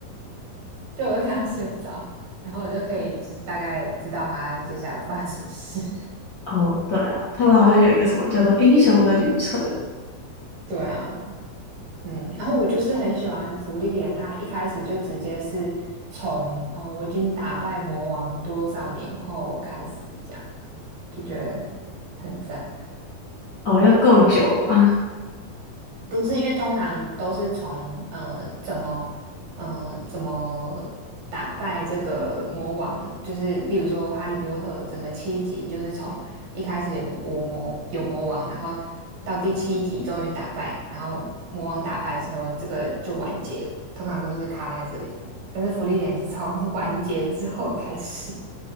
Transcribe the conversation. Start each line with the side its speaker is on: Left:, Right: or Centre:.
Right: <laughs> 就我会看到睡着，然后我就可以就是大概知道他接下来会发生什么事。<laughs>
Left: 哦，对啊，他们好像有一个什么叫做《英雄的旅程》，
Right: 对啊，嗯，然后我就是很喜欢芙莉莲，她一开始就直接是从“嗯、我已经打败魔王多少年后”开始讲，就觉得很赞。
Left: 哦，要够久啊。
Right: 不是，因为通常都是从呃怎么呃怎么打败这个魔王，就是例如说《哈利波特》整个七集，就是从一开始有我魔有魔王，然后到第七集终于打败，然后魔王打败之后，这个就完结了，通常都是卡在这里。但是福利点是从 <laughs> 完结之后开始。